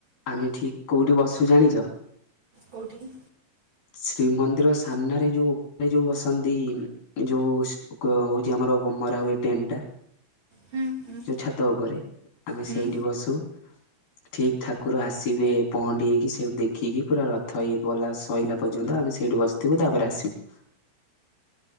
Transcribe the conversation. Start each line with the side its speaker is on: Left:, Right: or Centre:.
Left: ଆମେ ଠିକ୍ କେଉଁଠି ବସୁ ଜାଣିଛ?
Right: କେଉଠି?
Left: ଶ୍ରୀମନ୍ଦିର ସାମ୍ନାରେ ଯୋଉ ଉପରେ ଯୋଉ ବସନ୍ତି ଯୋଉ ହଉଛି ଆମର ବମରା ହୁଏ ଟେନ୍ ଟା।
Right: ହୁଁ ହୁଁ
Left: ଯେଉଁ ଛାତ ଉପରେ ଆମେ
Right: ହୁଁ
Left: ସେଇଠି ବସୁ। ଠିକ୍ ଠାକୁର ଆସିବେ ପହଣ୍ଡିଇକି ସେଇଠୁ ଦେଖିକି ପୁରା ରଥ ଇଏ ପଲାସ ସହିଲା ପର୍ଯ୍ୟନ୍ତ ଆମେ ସେଇଠୁ ବସିଥିବୁ ତାପରେ ଆସିବୁ।